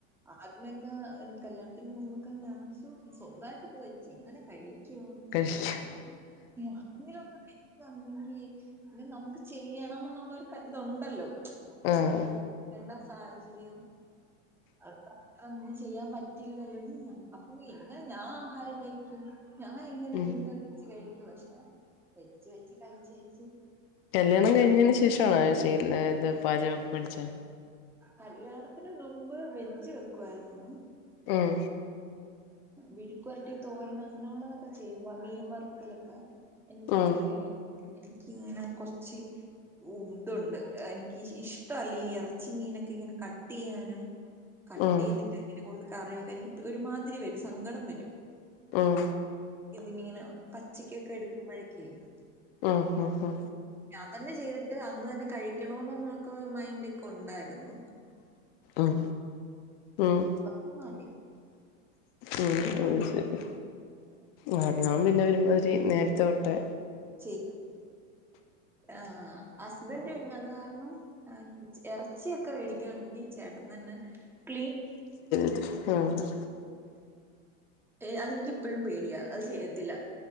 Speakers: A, in the centre; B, on the left.
A: ആദ്യമെക്ക കല്യാണത്തിന് നുമ്പ് വശ്യം സൊന്താട്ടൊക്കെ വെച്ച് ഇങ്ങനെ കഴിക്കാ ക്കുന്ന്
B: കഴിക്കാൻ
A: ആരെങ്കിലുവൊക്ക വെച്ച് തന്നി <unintelligible> വീച്ച് ഇത് നമുക്ക് ചെയ്യണം ന്നുള്ളൊരു ക ഇതൊണ്ടല്ലോ നമ്മളാണിത്
B: ആഹ്
A: ക്കേണ്ട സാഹചര്യം അതാ <unintelligible> ഒന്നും ചെയ്യാൻ പറ്റില്ലല്ലോ അപ്പൊ എങ്ങനെ ഞാ ആഹാരം കഴിക്കും ഞാൻ എങ്ങനെ
B: ഉം
A: മീൻ കറി വെച്ചു കഴിക് ക്കും പക്ഷെ വെച്ച് വെച്ച് കഴിച്ച് കഴിച്ച്
B: കല്യാണം കഴിഞ്ഞതിന് ശേഷം ട്ടാണ് ത് ചേരുന്നേ ഇത് പാചകം പഠിച്ചേ
A: കല്യാണത്തിന് മുമ്പ് വെജ് വെക്കുവാരുന്നു
B: ഉം
A: വിഴുക്കുവരട്ടി തോരൻ അങ്ങനെയൊള്ളതൊക്കെ ചെയ്യും മീൻവർ ക്കലക്ക എനിക്ക്
B: ഉം
A: എ എനിക്കിങ്ങനെ കൊറച്ച് ഇതൊണ്ട് എനിക്ക് ഇഷ്ടല്ല ഈ ഇറച്ചി മീനൊക്കെ ഇങ്ങനെ കട്ട് ചെയ്യാനും കട്ട്
B: ഉം
A: ചെയ്തിട്ട് ഇങ്ങനെ കൊണ്ട് കറി വെക്കാ എനിക്ക് ഒരു മാതി രി വരും സങ്കടം വരും
B: ഉം
A: ഇന്നിനിങ്ങനെ പച്ചക്കൊക്കെ എടുക്കുമ്പഴേക്ക് <unintelligible>
B: ഓ ഹൊ ഓ
A: അന്ന് ചെയ്തിട്ട് അന്ന്തന്നെ കഴിക്കണല്ലോന്നൊക്കെ മൈൻഡൊക്കെയുണ്ടാരുന്നു
B: ഉം ഉം
A: <unintelligible> മാറി
B: മ് അയ്ശെരി ആ ഞാൻപിന്നെ ഒരുമാതിരി നേരത്തെ തൊട്ടെ
A: ച്ചി ആ ഹസ്ബൻഡ് പിന്നെ അതുകാരണം ആ ഉച്ച് എറച്ചിയൊക്കെ മേടിക്കാണെങ്കിൽ ചേട്ടൻ തന്നെ ക്ലീൻ
B: മ്
A: ഏ അതെനിക്കിപ്പഴും പേടിയാ അത് ചെയ്യത്തില്ല